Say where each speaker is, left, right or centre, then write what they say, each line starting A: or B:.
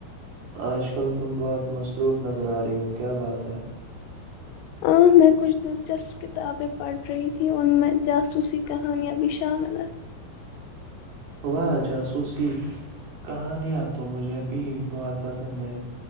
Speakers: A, on the right; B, on the left.
A: آج کل تم بہت مصروف نظر آ رہی ہو کیا بات ہے
B: ہاں میں کچھ دلچسپ کتابیں پڑھ رہی تھیں ان میں جاسوسی کہانیاں بھی شامل ہیں
A: واہ جاسوسی کہانیاں تو مجھے بھی بہت پسند ہے